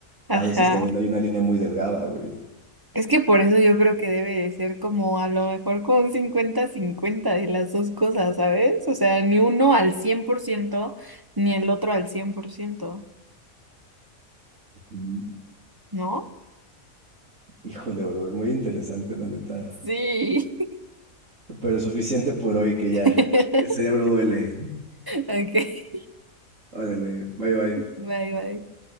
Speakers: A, on the right; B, on the right.
A: Ajá.
B: a veces también hay una línea muy delgada, güey.
A: Es que por eso yo creo que debe de ser como a lo mejor como un cincuenta-cincuenta de las dos cosas, ¿sabes? O sea, ni uno al 100% ni el otro al cien por ciento
B: Ujú.
A: ¿No?
B: Híjole, brother, muy interesante la neta.
A: Sí.
B: Pero suficiente por hoy que ya
A: <laughs>
B: eh, el cerebro duele.
A: Ok,
B: Órale, bye bye.
A: bye, bye.